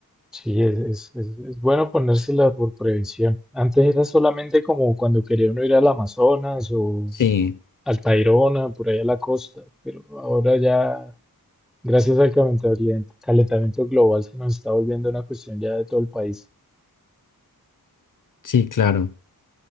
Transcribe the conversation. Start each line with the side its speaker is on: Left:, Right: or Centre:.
Centre: Sí, es, es, es- es bueno ponérsela por prevención. Antes era solamente como cuando quería uno ir al Amazonas o
Left: Sí,
Centre: al Tayrona, por ahí a la costa, pero ahora ya, gracias al calentamiento calentamiento global, se nos está volviendo una cuestión ya de todo el país.
Left: sí, claro.